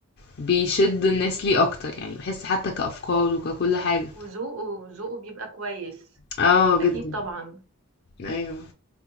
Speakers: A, on the left; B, on the right.
A: بيشد الناس ليه اكتر يعني بحس حتى كأفكار وككل حاجة
B: وذوقه وذوقه بيبقى كويس
A: اه
B: أكيد
A: جدا
B: طبعا
A: ايوه